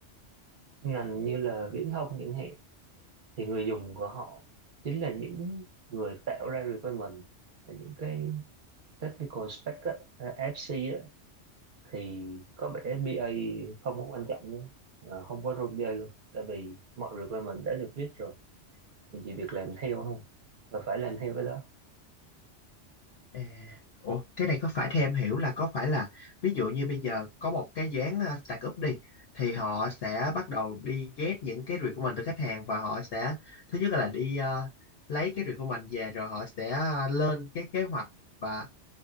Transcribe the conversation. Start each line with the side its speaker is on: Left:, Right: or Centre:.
Right: ngành như là viễn thông chẳng hạn thì người dùng của họ chính là những người tạo ra requirement là những cái technical spec á, à, FC á, thì có vẻ BA không có quan trọng nữa Ờ, không có role BA luôn tại vì mọi requirement đã được viết rồi mình chỉ việc làm theo thôi và phải làm theo cái đó
Left: À, ủa, cái này có phải theo em hiểu là có phải là ví dụ như bây giờ có một cái dự án ờ, startup đi thì họ sẽ bắt đầu đi ghét những cái review của mình từ khách hàng và họ sẽ thứ nhất là đi ờ, lấy cái review của mình về rồi họ sẽ ờ, lên cái kế hoạch và